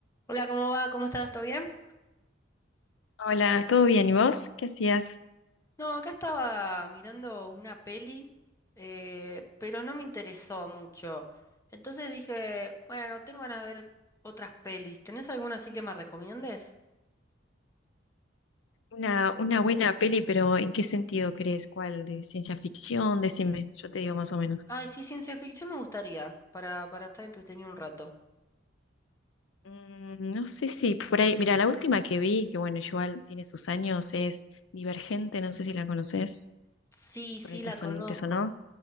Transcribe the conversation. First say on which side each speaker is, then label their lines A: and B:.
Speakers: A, on the left; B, on the left.
A: Hola, ¿cómo va? ¿Cómo estás? ¿Todo bien?
B: Hola, ¿todo bien? ¿Y vos? ¿Qué hacías?
A: No, acá estaba mirando una peli, eh, pero no me interesó mucho. Entonces dije, bueno, tengo ganas de ver otras pelis. ¿Tenés alguna así que me recomiendes?
B: Una, una buena peli, pero ¿en qué sentido crees? ¿Cuál? ¿De ciencia ficción? Decime, yo te digo más o menos.
A: Ay, sí, ciencia ficción me gustaría, para, para estar entretenido un rato.
B: Mm, no sé si por ahí, mira, la última que vi, que bueno, igual tiene sus años, es Divergente, no sé si la conoces,
A: Sí, sí,
B: por ahí te,
A: la
B: son-
A: conozco.
B: te sonó.